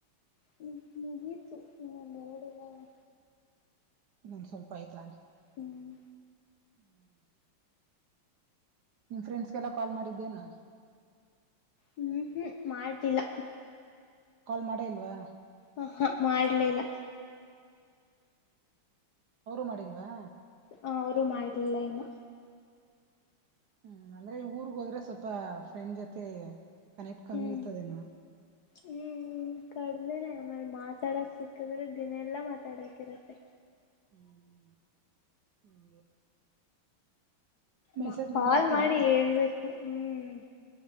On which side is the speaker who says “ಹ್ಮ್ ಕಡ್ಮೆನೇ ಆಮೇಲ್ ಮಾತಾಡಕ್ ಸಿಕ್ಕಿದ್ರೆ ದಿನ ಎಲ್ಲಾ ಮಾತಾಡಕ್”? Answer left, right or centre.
Left